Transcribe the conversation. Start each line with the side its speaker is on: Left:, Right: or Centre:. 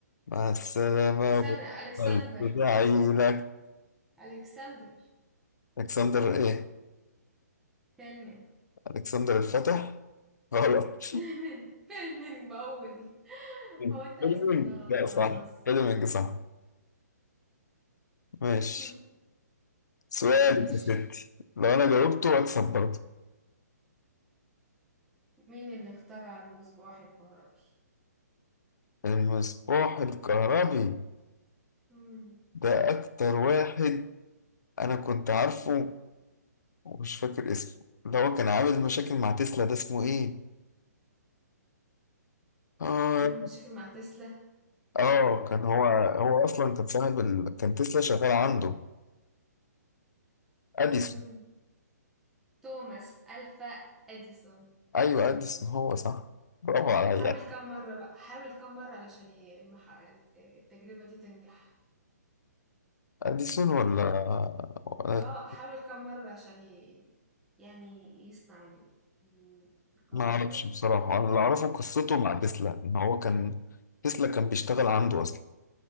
Left: مع السلامة
Centre: استنى الكسندر
Left: عيلك
Centre: الكسندر
Left: الكسندر ايه
Centre: فيلمين
Left: الكسندر الفتح غلط
Centre: فيلمين فيلمين بقول <laughs>
Left: <laughs>
Centre: هو انت
Left: فيلمينج
Centre: عايز تخليها غلط
Left: ده
Centre: وخلاص
Left: صح فيلمينج صح ماشي
Centre: <laughs>
Left: سؤالك
Centre: ماشي
Left: يا ستي لو أنا جاوبته أكسب برضه
Centre: مين اللي اخترع المصباح الكهربي
Left: المصباح الكهربي
Centre: مم.
Left: ده أكتر واحد أنا كنت عارفه ومش فاكر اسمه اللي هو كان عامل مشاكل مع تسلا ده اسمه إيه؟ آه
Centre: عامل مشاكل مع تسلا
Left: آه كان هو هو أصلا كان صاحب ال... كان تسلا شغال عنده أديسون
Centre: مم. توماس ألفا إديسون
Left: أيوه أديسون هو صح برافو عليا
Centre: حاول كم مرة بقى حاول كم مرة علشان ي- مح- التجربة دي تنجح
Left: أديسون ولا ولا
Centre: اه حاول كم مرة عشان ي... يعني يصنع ال- ال- الكهرباء
Left: ما أعرفش بصراحة أنا اللي أعرفه قصته مع تسلا إن هو كان تسلا كان بيشتغل عنده أصلا